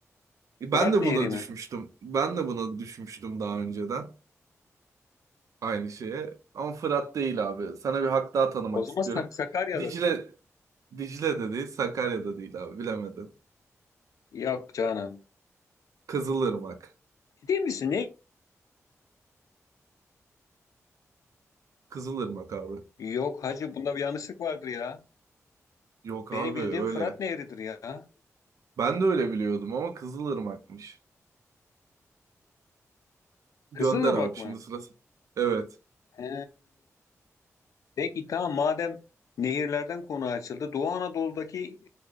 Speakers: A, on the right; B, on the left.
A: E,
B: Fırat
A: Ben de
B: Nehri
A: buna
B: mi?
A: düşmüştüm. Ben de buna düşmüştüm daha önceden. Aynı şeye. Ama Fırat değil abi. Sana bir hak daha tanımak
B: O zaman
A: istiyorum.
B: Sak- Sakarya'dır.
A: Dicle, Dicle de değil, Sakarya da değil abi. Bilemedim.
B: Yok canım.
A: Kızılırmak.
B: Ciddi misin? Ne?
A: Kızılırmak abi.
B: Yok hacı bunda bir yanlışlık vardır ya.
A: Yok abi
B: Benim bildiğim
A: öyle.
B: Fırat Nehri'dir ya.
A: Ben de öyle biliyordum ama Kızılırmak'mış. Gönder
B: Kızılırmak
A: abi şimdi
B: mı?
A: sırası. Evet.
B: He. Peki tamam madem nehirlerden konu açıldı. Doğu Anadolu'daki